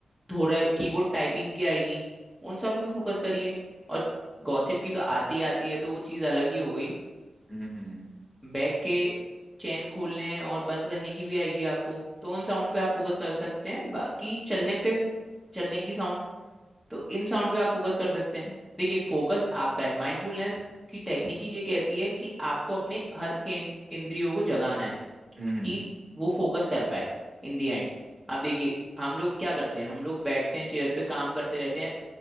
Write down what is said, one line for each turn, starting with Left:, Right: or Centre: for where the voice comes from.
Centre: थोड़ा कीबोर्ड टाइपिंग की आएगी उन साउंड पे फोकस करिए और गॉसिप की तो आती ही आती है तो वो चीज़ अलग ही हो गई
Right: हम्म हम्म
Centre: बैग के चैन खोलने और बंद करने की भी आएगी आपको तो उन साउंड पे आप फोकस कर सकते हैं बाकी चलने पे चलने की साउंड तो इन साउंड पे आप फोकस कर सकते हैं देखिए फोकस आपका है माइंडफुलनेस की टेक्निक ही ये कहती है कि आपको अपने हर कें- इंद्रियों को जगाना है
Right: हम्म
Centre: कि वो फोकस कर पाए इन दी एंड आप देखिए हम लोग क्या करते हैं हम लोग बैठते हैं चेयर पे काम करते रहते हैं